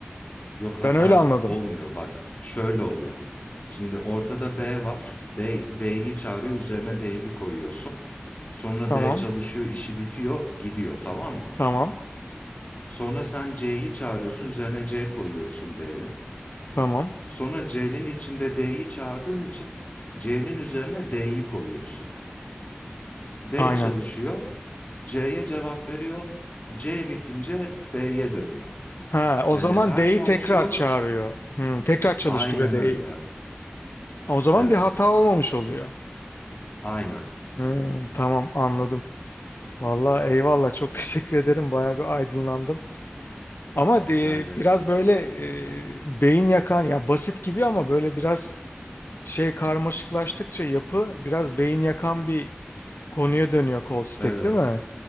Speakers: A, on the left; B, on the left.
A: Yok hata
B: Ben öyle anladım.
A: olmuyor bak. Şöyle oluyor. Şimdi ortada B var. B D'yi çağırıyor. Üzerine D'yi koyuyorsun. Sonra
B: Tamam.
A: D çalışıyor, işi bitiyor, gidiyor tamam mı?
B: Tamam.
A: Sonra sen C'yi çağırıyorsun. Üzerine C koyuyorsun B'nin.
B: Tamam.
A: Sonra C'nin içinde D'yi çağırdığın için C'nin üzerine D'yi koyuyorsun. D
B: Aynen.
A: çalışıyor. C'ye cevap veriyor. C bitince B'ye dönüyor.
B: Ha, o
A: Yani
B: zaman
A: her
B: D'yi
A: fonksiyon
B: tekrar çağırıyor. Hmm, tekrar çalıştırıyor
A: aynen
B: D'yi.
A: öyle.
B: O zaman
A: Evet.
B: bir hata olmamış oluyor.
A: Aynen.
B: Hmm, tamam anladım. Vallahi eyvallah çok <laughs> teşekkür ederim. Bayağı bir aydınlandım. Ama
A: Rica
B: de,
A: ederim.
B: biraz böyle e, beyin yakan ya basit gibi ama böyle biraz şey karmaşıklaştıkça yapı biraz beyin yakan bir konuya dönüyor kol stack
A: Evet.
B: değil mi?